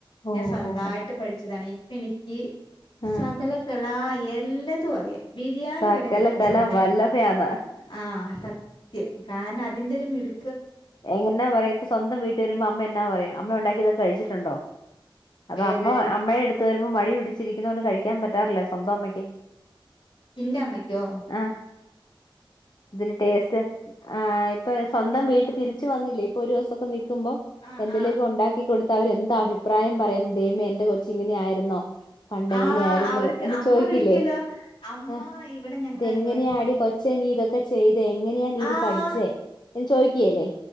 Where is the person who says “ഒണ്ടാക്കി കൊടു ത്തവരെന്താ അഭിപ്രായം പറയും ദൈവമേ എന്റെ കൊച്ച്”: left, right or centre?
Left